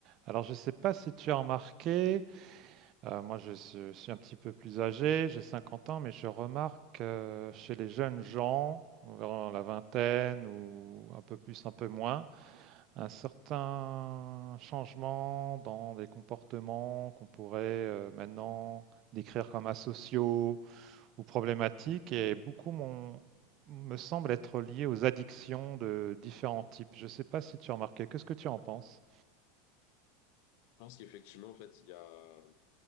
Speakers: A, on the right; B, on the left.
A: Alors, je ne sais pas si tu as remarqué, euh, moi je, su- suis un petit peu plus âgé, j'ai 50 ans, mais je remarque euh, chez les jeunes gens, vers la vingtaine ou un peu plus, un peu moins, un certain changement dans des comportements qu'on pourrait euh, maintenant décrire comme asociaux ou problématiques et beaucoup m'ont- me semble être lié aux addictions de différents types. Je ne sais pas si tu as remarqué, qu'est-ce que tu en penses?
B: Je pense qu'effectivement, en fait, il y a,